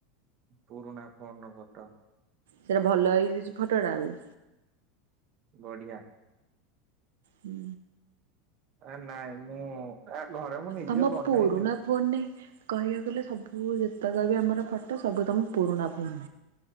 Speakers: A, on the right; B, on the right.
A: ପୁରୁଣା ଫୋନର ଫଟୋ।
B: ସେଇଟା ଭଲ ହେଇଯାଇଚି ଫଟୋଟା ବି।
A: ବଢିଆ।
B: ହୁଁ।
A: ଏ ନାଇଁ ମୁଁ ଏ ଘରେ ମୁଁ ନିଜେ
B: ତମ
A: ବନେଇନି।
B: ପୁରୁଣା ଫୋନରେ କହିବାକୁ ଗଲେ ସବୁ ଯେତେକ ବି ଆମର ଫଟ ସବୁ ତମ ପୁରୁଣା ଫୋନ